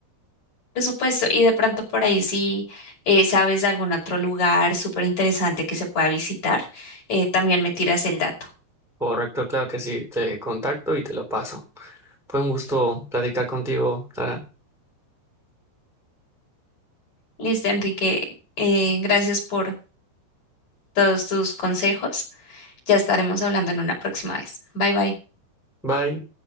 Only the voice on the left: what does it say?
Por supuesto, y de pronto por ahí si eh, sabes de algún otro lugar súper interesante que se pueda visitar, eh, también me tiras el dato.
Listo, Enrique, eh, gracias por todos tus consejos. Ya estaremos hablando en una próxima vez. Bye bye.